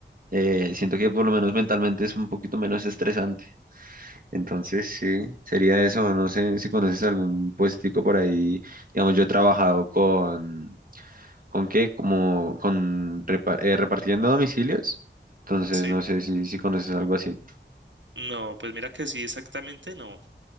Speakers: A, on the right (about 50°); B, on the right (about 75°).
A: eh, siento que por lo menos mentalmente es un poquito menos estresante. Entonces, sí, sería eso. No sé si conoces algún puestico por ahí. Digamos, yo he trabajado con ¿Con qué? Como con repa- eh, repartiendo domicilios. Entonces,
B: Sí.
A: no sé si, si conoces algo así.
B: No, pues mira que sí, exactamente no.